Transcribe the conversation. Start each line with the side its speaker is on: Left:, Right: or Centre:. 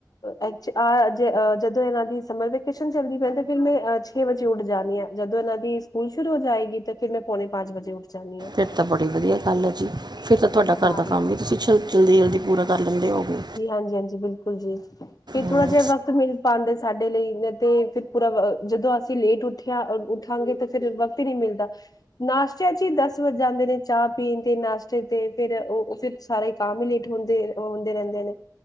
Left: ਆ ਆ ਜਦੋਂ ਇਹਨਾਂ ਦੀ ਸਮਰ ਵੈਕੇਸ਼ਨ ਚੱਲਦੀ ਪੈਂ ਤੇ ਫਿਰ ਮੈਂ ਅਛਾੱ। ਛੇ ਵਜੇ ਉਠਜਾਂਦੀ ਹਾਂ ਜਦੋਂ ਇਹਨਾਂ ਦੀ ਸਕੂਲ ਸ਼ੁਰੂ ਹੋ ਜਾਏਗੀ ਤੇ ਫੇਰ ਮੈਂ ਪੌਣੇ ਪੰਜ ਵਜੇ ਉੱਠ ਜਾਂਦੀ ਹਾਂ।
Right: ਫੇਰ ਤਾਂ ਬੜੀ ਵਧੀਆ ਗੱਲ ਹੈ ਜੀ ਫੇਰ ਤਾਂ ਤੁਹਾਡਾ ਘਰ
Left: ਹਾਂਜੀ
Right: ਦਾ ਕੰਮ ਵੀ ਤੁਸੀਂ ਛੋ, ਜਲਦੀ-ਜਲਦੀ ਪੂਰਾ ਕਰ ਲੈਂਦੇ ਹੋਗੇ
Left: ਹਾਂਜੀ ਹਾਂਜੀ ਬਿਲਕੂਲ। ਹਾਂਜੀ, ਫਿਰ ਥੋੜਾ
Right: ਹਮ,
Left: ਜਿਹਾ ਵਕਤ ਮਿਲ ਪਾਉਂਦੇ ਸਾਡੇ ਲਈ ਤੇ ਫਿਰ ਪੂਰਾ ਜਦੋਂ ਅਸੀਂ ਲੇਟ ੳਠ ਉੱਠਿਆ ਔਰ ਉੱਠਾਂਗੇ ਤਾਂ ਫਿਰ ਵਕਤ ਹੀ ਨਹੀਂ ਮਿਲਦਾ ਨਾਸ਼ਤੇ ਚ ਹੀ ਦਸ ਵੱਜ ਜਾਂਦੇ ਨੇ ਚਾਹ ਪੀਣ ਤੇ ਨਾਸ਼ਤੇ ਚ। ਤੇ ਫਿਰ ਉਹ ਫਿਰ ਸਾਰੇ ਕਮ ਹੀ ਲੇਟ ਹੁੰਦੇ, ਹੁੰਦੇ ਰਹਿੰਦੇ ਨੇ